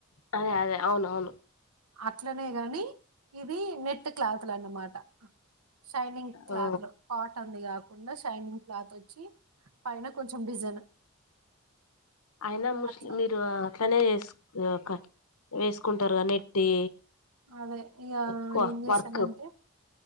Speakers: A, on the left (about 80°); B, on the right (about 90°).
A: అదే అదే అవును అవును
B: అట్లనే గాని ఇది నెట్ క్లాత్ ల అన్నమాటా షైనింగ్ క్లాత్
A: ఆ
B: లో కాటన్ ది కాకుండా షైనింగ్ క్లాత్ వ పైన కొంచం డిజైన్
A: అయినా ముస్లిం
B: అట్లా
A: మీరు అట్లనే ఇదొక వేసుకుంటారు కదా నెట్టి
B: అదే ఇక
A: ఎక్కువ
B: ఏం చేసానంటే
A: వర్క్